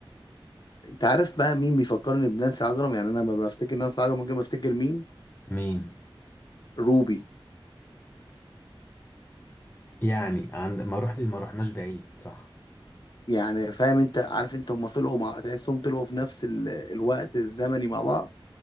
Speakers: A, on the left; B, on the left.
A: انت عارف بقى مين بيفكرني بنانسي عجرم يعني انا ما بفتكر نانسي عجرم ممكن بفتكر مين
B: مين
A: روبي
B: يعني عند ما رحت ما رحناش بعيد صح
A: يعني فاهم انت عارف انت هم طلعوا مع تحسهم طلعوا في نفس ال... الوقت الزمني مع بعض